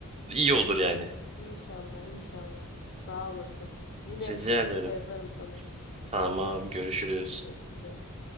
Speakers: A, on the right; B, on the left.
A: iyi olur yani.
B: İnşallah inşallah. Sağ olasın. Yine
A: Rica
B: bir şey olursa
A: ederim.
B: yazarım sana.
A: Tamam görüşürüz.
B: Görüşürüz.